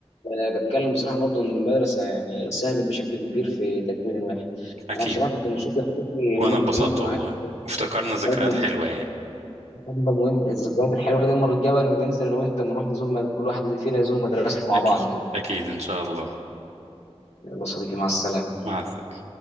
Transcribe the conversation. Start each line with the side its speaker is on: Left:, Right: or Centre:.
Left: أه، بتكلم بصراحه برضو ان المدرسه يعني ساهمت بشكل كبير في تكوين الواحد
Right: أكيد
Left: انا بصراحه كنت مبسوط يا صديقي ان
Right: وأنا
Left: انا اتكلمت
Right: اتبسطت
Left: معاك
Right: والله وافتكرنا ذكريات
Left: حياتنا
Right: حلوة يعني
Left: مهم الذكريات الحلوه دي المره الجايه بقى نبقى ننزل انا وانت نروح نزور مد... كل واحد فينا يزور مدرسته مع
Right: أكيد
Left: بعض كده
Right: أكيد إن شاء الله
Left: يلا صديقي مع السلامه
Right: مع السلامة